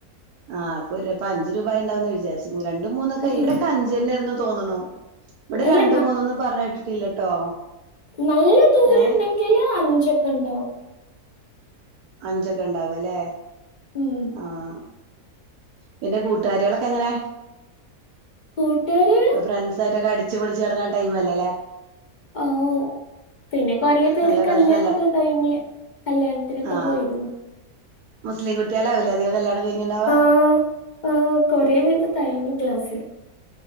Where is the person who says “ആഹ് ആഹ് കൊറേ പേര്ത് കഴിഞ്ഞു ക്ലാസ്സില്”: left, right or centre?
Left